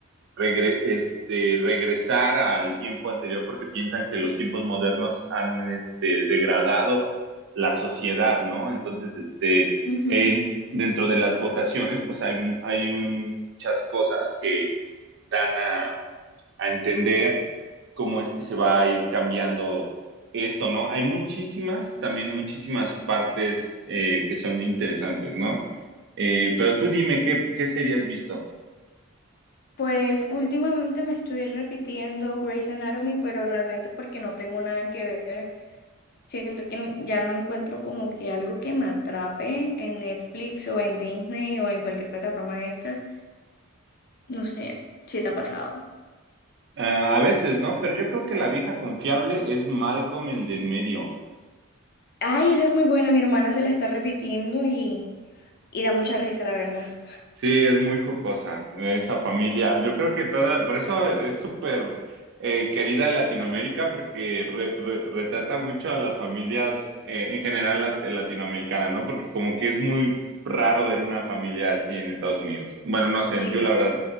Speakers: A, on the right (about 60°); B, on the left (about 50°).
A: regre- este, regresar al tiempo anterior porque piensan que los tiempos modernos han este, degradado la sociedad, ¿no? Entonces, este,
B: Ujú.
A: en- dentro de las votaciones, pues hay, hay un- muchas cosas que dan a, a entender cómo es que se va a ir cambiando esto, ¿no? Hay muchísimas, también muchísimas partes eh, que son interesantes, ¿no? Eh, pero tú dime, ¿qué, qué serie has visto?
B: Pues últimamente me estoy repitiendo Grey's Anatomy, pero realmente porque no tengo nada que ver. Siento que ya no encuentro como que algo que me atrape en Netflix o en Disney o en cualquier plataforma de estas. No sé si te ha pasado.
A: Ah, a veces, ¿no? Pero yo creo que la vieja confiable es Malcolm, el del medio.
B: Ay, esa es muy buena, mi hermana se la está repitiendo y, y da mucha risa, la verdad.
A: Sí, es muy jocosa esa familia. Yo creo que toda, por eso es súper eh, querida en Latinoamérica porque re- re- retrata mucho a las familias eh, en general lat- eh, latinoamericanas, ¿no? Porque como que es muy raro ver una familia así en Estados Unidos. Bueno, no sé,
B: Sí,
A: yo la verdad